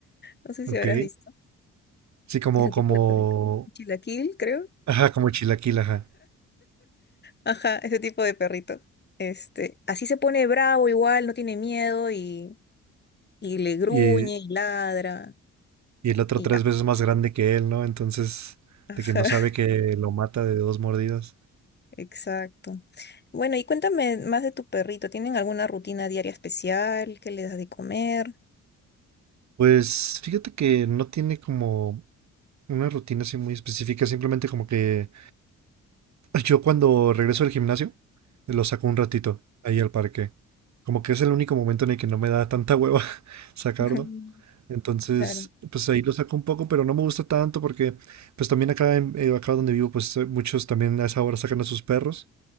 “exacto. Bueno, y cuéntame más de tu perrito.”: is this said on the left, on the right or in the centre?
Left